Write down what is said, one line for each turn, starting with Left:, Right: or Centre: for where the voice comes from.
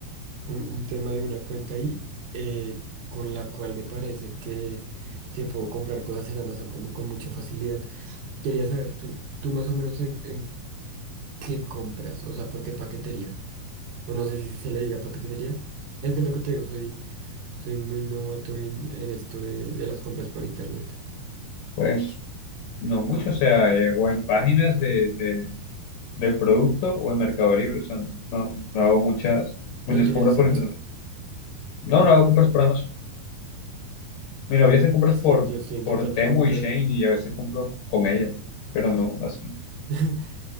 Right: un, un tema de una cuenta ahí eh, con la cual me parece que, que puedo comprar cosas en Amazon como con mucha facilidad. Quería saber, tú, tú más o menos en, en qué compras, o sea, por qué paquetería, o no sé si se le diga paquetería. Es que es lo que te digo, soy... Soy muy novato en, en esto de, de las compras por internet.
Left: pues, no mucho. O sea, eh, o en páginas de, de- del producto o en Mercado Libre. O sea, no, no hago muchas, muchas
Right: ¿No utilizas
Left: compras por
Right: Amazon?
Left: internet. No, no hago compras por Amazon. Mi novia hace compras
Right: Es
Left: por,
Right: que yo estoy intentando
Left: por Temu
Right: comprar.
Left: y Shane y a veces compro con ella. Pero no, así,
Right: <laughs>